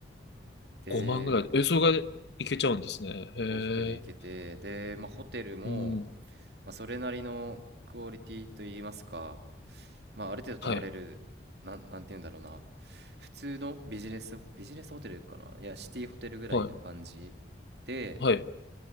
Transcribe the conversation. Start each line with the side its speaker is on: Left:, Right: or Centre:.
Right: で、
Left: 5万ぐらい。え、それがいけちゃうんですね。
Right: お往復で行けて、
Left: へえ。
Right: で、まあ、ホテルも、
Left: うん。
Right: まあ、それなりのクオリティといいますか、まあ、ある程度泊まれる、
Left: はい。
Right: なん、なんて言うんだろうな、普通のビジネスビジネスホテルかな、いや、シティホテルぐらいな感じ
Left: はい。
Right: で、
Left: はい。